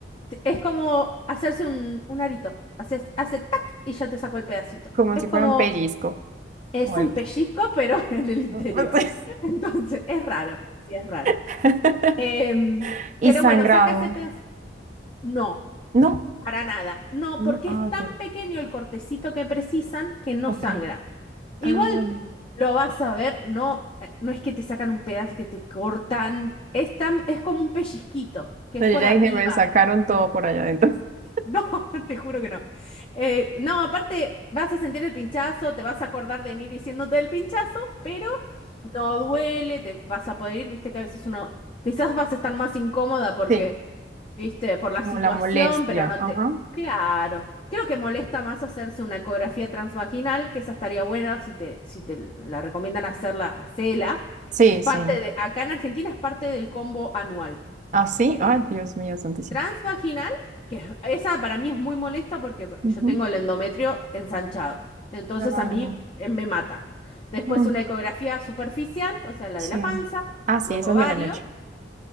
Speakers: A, on the left (about 30°); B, on the right (about 45°).
A: t- es como hacerse un, un arito. Haces, hace tac y ya te sacó el pedacito.
B: Como
A: Es
B: si
A: como,
B: fuera un pellizco
A: es
B: o algo
A: un pellizco, pero <laughs> en el interior.
B: así.
A: Entonces, es raro, sí, es raro.
B: <laughs>
A: Em,
B: Y
A: pero
B: sangrado.
A: bueno, saca ese pedazo. No,
B: No.
A: para nada. No,
B: No.
A: porque
B: Ah,
A: es
B: ok.
A: tan pequeño el cortecito que precisan que no
B: Ok.
A: sangra. Igual
B: Ah, vale.
A: lo vas a ver, no, eh, no es que te sacan un pedazo que te cortan. Es tan, es como un pellizquito, que
B: No,
A: es por
B: yo ya
A: arriba.
B: dije, me sacaron
A: <laughs>
B: todo por allá adentro. <laughs>
A: No, te juro que no. Eh, no, aparte vas a sentir el pinchazo, te vas a acordar de mí diciéndote el pinchazo, pero no duele, te vas a poder ir, viste que a veces uno, quizás vas a estar más incómoda porque
B: Sí,
A: ¿Viste? Por la
B: como
A: situación,
B: la molestia.
A: pero no
B: Ajá.
A: te... Claro, creo que molesta más hacerse una ecografía transvaginal, que esa estaría buena si te, si te la recomiendan hacerla, hacela.
B: Sí,
A: Es parte
B: sí.
A: de, acá en Argentina es parte del combo anual.
B: Así.
A: Eh,
B: Ay, Dios mío, santísimo.
A: transvaginal, que es- esa para mí es muy molesta porque, porque
B: Ujú,
A: yo tengo el endometrio ensanchado. Entonces
B: Claro.
A: a mí eh, me mata. Después
B: Mm,
A: una ecografía superficial, o sea, la
B: sí.
A: de la panza,
B: Ah, sí,
A: los
B: esas
A: ovarios.
B: me la han hecho.